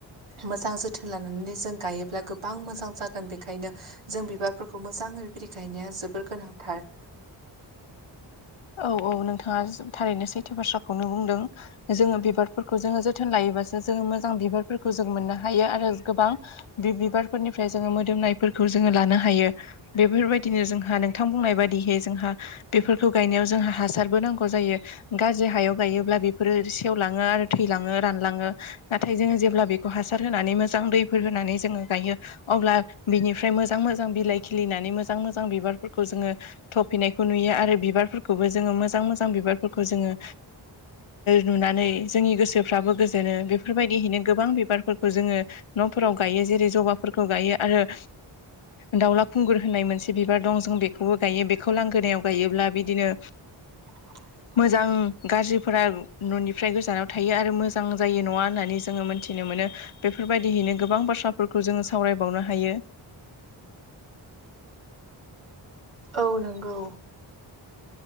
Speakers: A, on the right; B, on the left.
A: मोजां जोथोन लाना नै जों गायोब्ला गोबां मोजां जागोन बेनिखायनो जों बिबार मोजाङै बिबायदि गायनाया जोबोर गोनांथार
B: औ-औ नोंथाङा थारैनो सैथो बाथ्राखौनो बुंदों जोङो बिबारफोरखौ जोङो जोथोन लायोबासो जोङो मोजां बिबारफोरखौ जों मोननो हायो आरो गोबां बे बिबारफोरनिफ्राय जोङो मोदोमनायफोरखौ जोङो लानो हायो बेफोरबायदिनो जोंहा नोंथां बुंनाय बादिहै जोंहा बेफोरखौ गायनायाव जोंहा हासारबो नांगौ जायो गाज्रि हायाव गायोब्ला बेफोरो सेवलाङो आरो थैलाङो रानलाङो नाथाय जोङो जेब्ला बेखौ हासार होनानै मोजां दैफोर होनानै जोङो गायो अब्ला बिनिफ्राय मोजां मोजां बिलाइ खिलिनानै मोजां मोजां बिबारफोरखौ जोङो थफिनायखौ नुयो आरो बिबारफोरखौबो जोङो मोजां मोजां बिबारफोरखौ जोङो नुनानै जोंनि गोसोफ्राबो गोजोनो बेफोरबायदिहैनो गोबां बिबारफोरखौ जोङो न'फोराव गायो जेरै जबाफोरखौ गायो आरो दाावला खुंगुर होननाय मोनसे बिबार दं जों बेखौबो गायो बेखौ लांगोनायाव गायोब्ला बि बिदिनो
A: <inaudible>
B: मोजां गाज्रिफोरा न'निफ्राय गोजानाव थायो आरो मोजां जायो नङा होननानै जोङो मोनथिनो मोनो बेफोरबायदिहैनो गोबां बाथ्राफोरखौ जोङो सावरायबावनो हायो
A: औ नंगौ